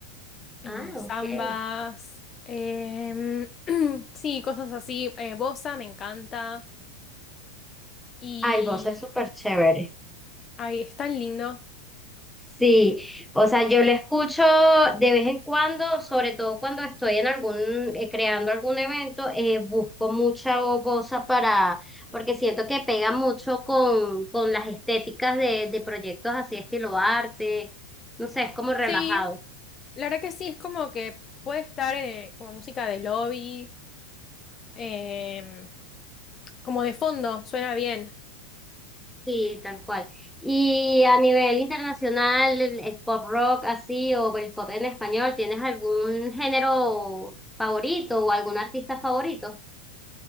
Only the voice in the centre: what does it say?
Ah,
ok.
Ay, vos es súper chévere.
Sí, o sea, yo lo escucho de vez en cuando, sobre todo cuando estoy en algún, eh, creando algún evento, eh, busco mucha bosa para, porque siento que pega mucho con, con las estéticas de, de proyectos así estilo arte, no sé, es como relajado.
Sí, tal cual. Y a nivel internacional, el, el pop rock así o el pop en español, ¿tienes algún género favorito o algún artista favorito?